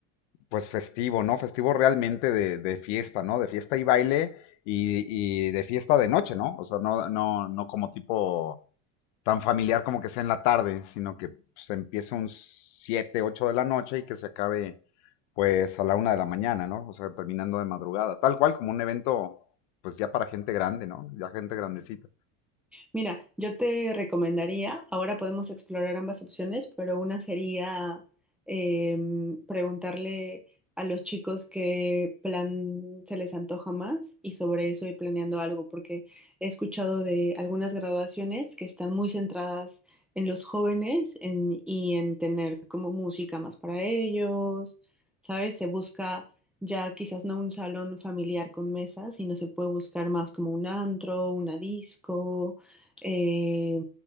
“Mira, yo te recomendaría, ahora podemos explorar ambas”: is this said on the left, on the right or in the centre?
Centre